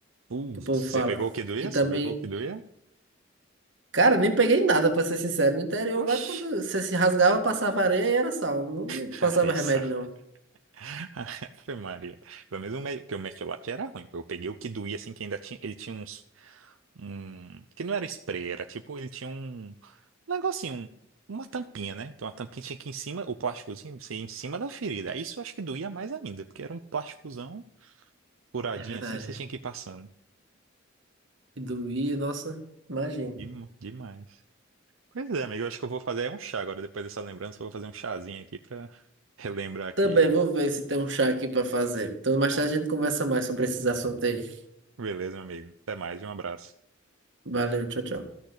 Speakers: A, on the right (about 80°); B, on the right (about 60°).
A: Putz,
B: Que o povo
A: você
B: fala.
A: pegou o que doía?
B: Que também...
A: Você pegou o que doía?
B: Cara, nem peguei nada, pra ser sincero. No interior,
A: Oxi,
B: lá, quando você se rasgava, passava areia e era sal. Não
A: cara,
B: passava
A: isso.
B: remédio, não.
A: <laughs> Ave Maria. Pelo menos o me- que o Mertiolate era ruim. Eu peguei o que doía, assim, que ainda tinha. Ele tinha uns. Um, que não era spray, era tipo, ele tinha um um negocinho, um- uma tampinha, né? Então a tampinha tinha que ir em cima, o plásticozinho, você ia em cima da ferida. Isso eu acho que doía mais ainda, porque era um plásticozão furadinho
B: É verdade.
A: assim, você tinha que ir passando.
B: E doía, nossa, imagina.
A: Dem- Demais. Pois é, amigo, eu acho que eu vou fazer um chá agora, depois dessa lembrança, eu vou fazer um chazinho aqui pra relembrar
B: Também
A: que
B: vou ver se tem um chá aqui pra fazer. Então, mais tarde a gente conversa mais sobre esses assuntos aí.
A: Beleza, meu amigo. Até mais e um abraço.
B: Valeu, tchau, tchau.